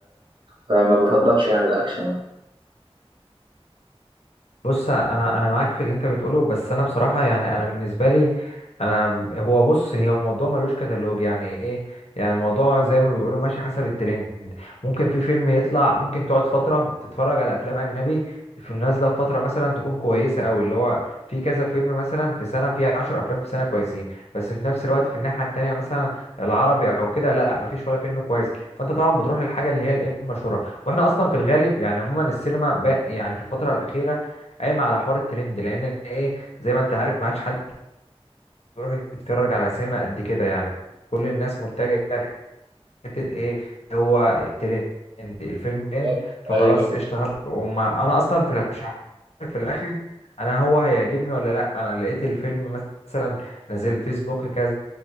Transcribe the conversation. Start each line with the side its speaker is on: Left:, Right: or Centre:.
Right: فما بفضلش يعني الأكشن
Left: بص انا انا معاك في اللي انت بتقوله بس انا بصراحه يعني انا بالنسبه لي انا هو بص هي الموضوع ملوش كتالوج يعني ايه يعني الموضوع زي ما بيقولوا ماشي حسب الترند ممكن في فيلم يطلع ممكن تقعد فتره تتفرج على افلام اجنبي في نازله في فتره مثلا تكون كويسه قوي اللي هو في كذا فيلم مثلا في سنه في 10 افلام في سنه كويسين بس في نفس الوقت في الناحيه التانيه مثلا العربي او كده لا مفيش ولا فيلم كويس فانت طبعا بتروح للحاجه اللي هي الايه المشهوره واحنا اصلا في الغالب يعني عموما السينما بق- يعني في الفتره الاخيره قايمه على حوار الترند لان ايه زي ما انت عارف ما عادش حد بيروح يتفرج على سينما قد كده يعني كل الناس متجهه لحته ايه اللي هو الترند الفيلم ترند
Right: بالظبط،
Left: فخلاص
Right: ايوه
Left: قشطه هب وما انا اصلا في ال- مش عارف في الاخر انا هو هيعجبني ولا لا انا لقيت الفيلم مثلا نازل فيسبوك كذا